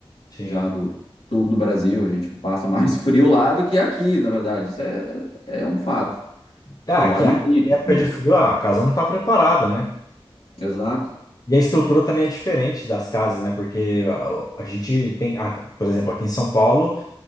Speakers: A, on the left (about 40°); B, on the left (about 80°).
A: Sim.
B: já do sul do Brasil, a gente passa mais <laughs> frio lá do que aqui, na verdade. Isso é, é um fato,
A: Ah,
B: que
A: aqui,
B: lá não
A: aqui
B: tem aquecimento.
A: em época de frio, ah, a casa não está preparada, né?
B: Exato.
A: E a estrutura também é diferente das casas, né? Porque a, a gente tem, a- por exemplo, aqui em São Paulo,